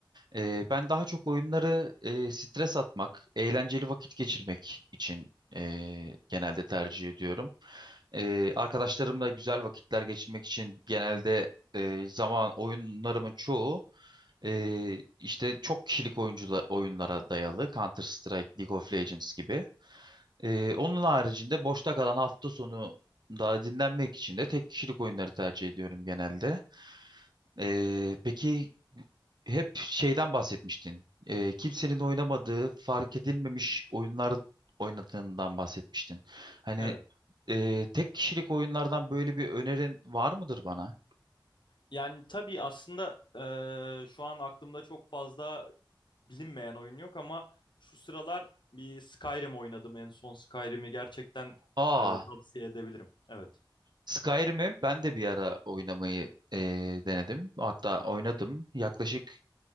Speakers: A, on the right; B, on the left.
A: Eee, ben daha çok oyunları eee, stres atmak, eğlenceli vakit geçirmek için eee, genelde tercih ediyorum. Ee, arkadaşlarımla güzel vakitler geçirmek için genelde e, zaman oyunlarımın çoğu e, işte çok kişilik oyuncula, oyunlara dayalı. Counter Strike, League of Legends gibi. Ee, onun haricinde boşta kalan hafta sonu daha dinlenmek için de tek kişilik oyunları tercih ediyorum genelde. Ee, peki hep şeyden bahsetmiştin. Ee, kimsenin oynamadığı, fark edilmemiş oyunlar oynadığından bahsetmiştin. Hani
B: Evet.
A: ee, tek kişilik oyunlardan böyle bir önerin var mıdır bana?
B: Yani tabii aslında eee, şu an aklımda çok fazla bilinmeyen oyun yok ama şu sıralar bir Skyrim oynadım. En son Skyrim'i gerçekten
A: Aa,
B: eee, tavsiye edebilirim. Evet.
A: Skyrim'i ben de bir ara oynamayı ee, denedim. Hatta oynadım. Yaklaşık